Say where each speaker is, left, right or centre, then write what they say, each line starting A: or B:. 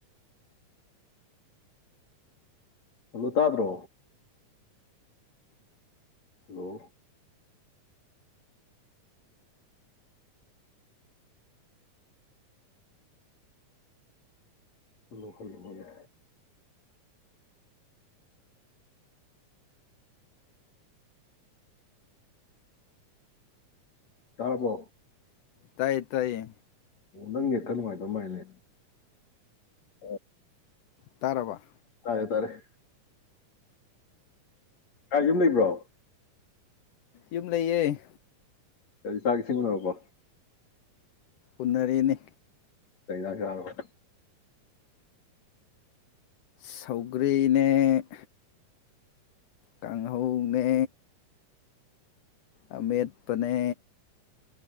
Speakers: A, on the left (about 55°); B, on the left (about 80°).
A: hello ꯇꯥꯗ꯭ꯔꯣ ꯍꯜꯂꯣ ꯍꯜꯂꯣ ꯍꯜꯂꯣ ꯍꯜꯂꯣ ꯇꯥꯔꯕꯣ
B: ꯇꯥꯏꯌꯦ ꯇꯥꯏꯌꯦ
A: ꯑꯣ ꯅꯪꯅꯦꯠ ꯈꯔ ꯅꯨꯡꯉꯥꯏꯗꯕ ꯃꯥꯅꯦ ꯑꯣ
B: ꯇꯥꯔꯕ
A: ꯍꯥꯔꯦ ꯇꯥꯔꯦ ꯌꯨꯝ ꯂꯩꯕ꯭ꯔꯣ
B: ꯌꯨꯝ ꯂꯩꯌꯦ
A: ꯀꯔꯤ ꯆꯥꯛ ꯏꯁꯤꯡ ꯎꯅꯔꯕꯣ
B: ꯎꯅꯔꯦꯅꯦ
A: ꯀꯩ ꯖꯥꯡ ꯆꯥꯔꯕ
B: ꯁꯧꯒ꯭ꯔꯤꯅꯦ ꯀꯥꯡꯍꯧꯅꯦ ꯑꯃꯦꯠꯄꯅꯦ